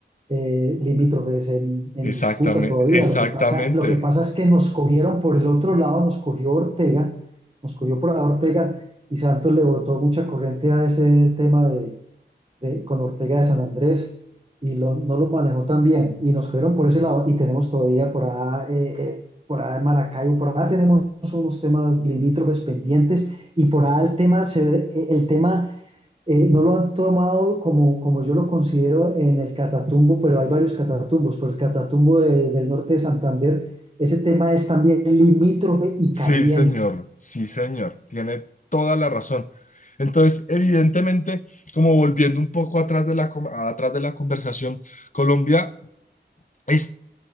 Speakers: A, on the right; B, on the left.
A: eh, limítrofes en, en
B: Exactamente,
A: disputa todavía.
B: exactamente.
A: Lo que pasa, lo que pasa es que nos cogieron por el otro lado, nos cogió Ortega, nos cogió por la Ortega y Santos le botó mucha corriente a ese tema de, de- con Ortega de San Andrés y lo- no lo manejó tan bien y nos cogieron por ese lado y tenemos todavía por allá, eh, eh, por allá en Maracaibo, por allá tenemos unos temas limítrofes pendientes y por allá el tema, el tema eh, no lo han tomado como, como yo lo considero en el Catatumbo, pero hay varios Catatumbos. Por el Catatumbo de- del norte de Santander, ese tema es también limítrofe y
B: Sí,
A: caliente.
B: señor, sí, señor. Tiene toda la razón. Entonces, evidentemente, como volviendo un poco atrás de la, com- atrás de la conversación, Colombia es